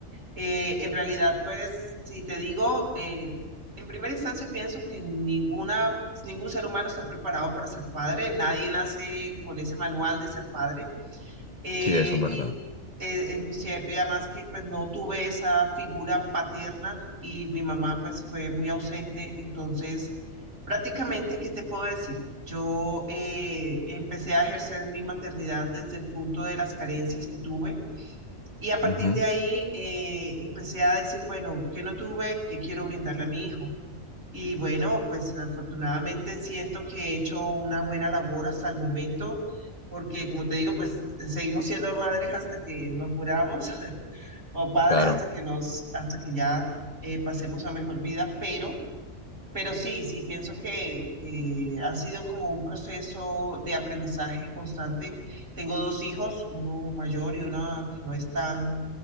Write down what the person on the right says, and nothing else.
Eh, en realidad, pues, si te digo, eh, en primera instancia pienso que ninguna, ningún ser humano está preparado para ser padre, nadie nace con ese manual de ser padre. Eh,
y eh, es muy cierto, y además que pues no tuve esa figura paterna y mi mamá pues fue muy ausente, entonces prácticamente, ¿qué te puedo decir? Yo eh, empecé a ejercer mi maternidad desde el punto de las carencias que tuve y a partir
de ahí eh, empecé a decir, bueno, ¿qué no tuve? ¿Qué quiero brindarle a mi hijo? Y bueno, pues afortunadamente siento que he hecho una buena labor hasta el momento, porque como te digo, pues seguimos siendo madres hasta que nos muramos <laughs> o padres
hasta que nos, hasta que ya eh, pasemos a mejor vida, pero, pero sí, sí pienso que, que ha sido como un proceso de aprendizaje constante. Tengo dos hijos, uno mayor y una que no es tan